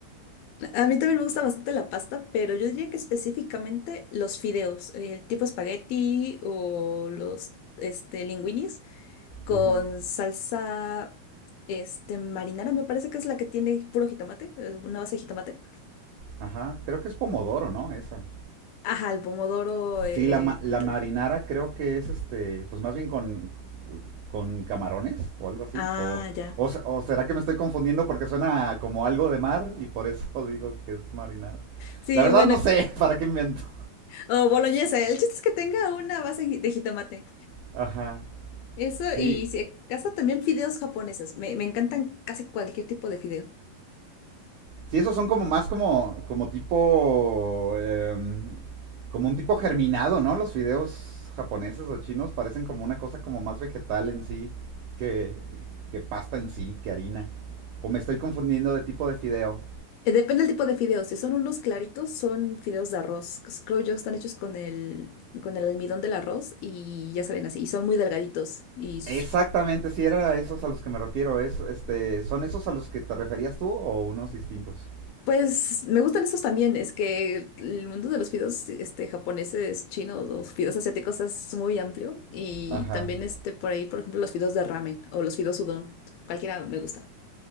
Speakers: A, on the left; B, on the right.
A: A mí también me gusta bastante la pasta, pero yo diría que específicamente los fideos, eh, tipo espagueti o los este, linguinis con
B: Ujú.
A: salsa este, marinara, me parece que es la que tiene puro jitomate, eh, una base de jitomate.
B: Ajá, creo que es pomodoro, ¿no? Esa.
A: Ajá, el pomodoro. eh,
B: Sí, la, ma-
A: eh,
B: la
A: tal.
B: marinara creo que es este, pues más bien con, con camarones o algo así.
A: ah,
B: O,
A: ya.
B: o, se- o será que me estoy confundiendo porque suena como algo de mar y por eso <laughs> digo que es marinara.
A: Sí,
B: La verdad
A: bueno,
B: no sé <laughs> para qué invento.
A: o boloñesa. El chiste es que tenga una base ji- de jitomate.
B: Ajá.
A: Eso,
B: Sí,
A: y si acaso también fideos japoneses. Me, me encantan casi cualquier tipo de fideo.
B: Sí, esos son como más como, como tipo, eh, como un tipo germinado, ¿no? Los fideos japoneses o chinos parecen como una cosa como más vegetal en sí que, que pasta en sí, que harina. O me estoy confundiendo de tipo de fideo.
A: Eh, Depende del tipo de fideos. Si son unos claritos, son fideos de arroz. Cos- Creo yo están hechos con el, con el almidón del arroz y ya salen así. Y son muy delgaditos y s-
B: Exactamente, sí, era a esos a los que me refiero. Es, este, ¿Son esos a los que te referías tú o unos distintos?
A: Pues me gustan esos también, es que el mundo de los fideos este, japoneses, chinos, los fideos asiáticos es muy amplio y
B: Ajá.
A: también este, por ahí, por ejemplo, los fideos de ramen o los fideos udon, cualquiera me gusta.